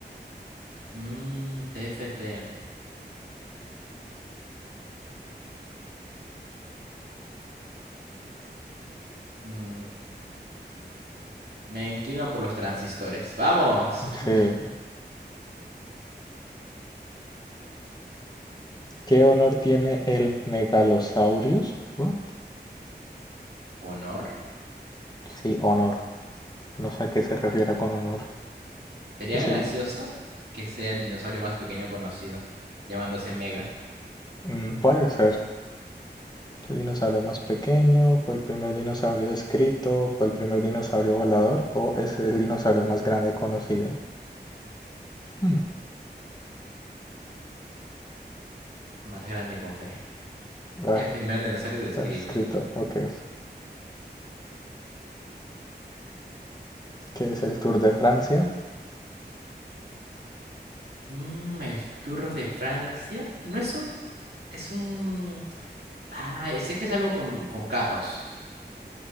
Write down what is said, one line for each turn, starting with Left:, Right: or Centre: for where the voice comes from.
Right: Mm, TFT. Mm, me inclino por los transistores. ¡Vamos! <laughs>
Left: Sí. ¿Qué honor tiene el Megalosaurus? What?
Right: ¿Honor?
Left: Sí, honor. No sé a qué se refiere con honor.
Right: Sería
Left: Es
Right: gracioso
Left: el...
Right: que sea el dinosaurio más pequeño conocido, llamándose Mega,
Left: mm, puede ser. El dinosaurio más pequeño, fue el primer dinosaurio escrito, fue el primer dinosaurio volador o es el dinosaurio más grande conocido. Hmm,
Right: más grande con fe.
Left: Ah,
Right: El primer dinosaurio descrito.
Left: escrito, ok. ¿Qué es el Tour de Francia?
Right: Mm, el Tour de Francia. No es un. Es un. Ah, sé que es algo con, con carros.